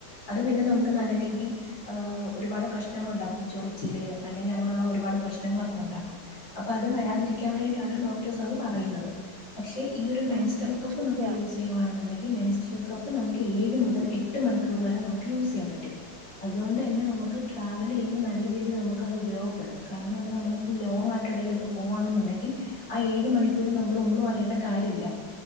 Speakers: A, on the left; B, on the right.
A: അത് പിന്നെ നമുക്ക് നല്ല രീതി ആഹ് ഒരുപാട് പ്രശ്നങ്ങൾ ഒണ്ടാക്കും ചൊറിച്ചില് അല്ലെങ്കിൽ അങ്ങനൊ ള്ള ഒരുപാട് പ്രശ്നങ്ങളൊക്കെ ഒണ്ടാക്കും അപ്പൊ അത് വരാതിരിക്കാ വെക്കാൻ വേണ്ടിട്ടാണ് ഡോക്ടേസ് അത് പറയുന്നത് പക്ഷെ ഈ ഒരു മെൻട്രൽ
B: ഉം അത്
A: കപ്പ്
B: ശരിയാ
A: നമ്മൾ യൂസ് ചെയ്യുകവാണെന്നുണ്ടെങ്കി മെസ്ട്രൽ കപ്പ് നമുക്ക് ഏഴ് മുതൽ എട്ട് മണിക്കൂർ വരെ നമുക്ക് യൂസ് ചെയ്യാൻ പറ്റും അതുകൊണ്ട് തന്നെ നമുക്ക് ന ട്രാവല് ചെയ്യ്മ്പൊ നല്ല രീതിൽ നമുക്കത് ഉപയോഗപ്പെടും കാരണന്ന് പറഞ്ഞ നമ്മളിപ്പൊ ലോങ് ആയിട്ടെടേയിലൊക്ക പോവായാണുണ്ടെങ്കിൽ ങ്കി ആ ഏഴ് മണിക്കൂർ നമ്മൾ ഒന്നും അറിയേണ്ട കാര്യമില്ല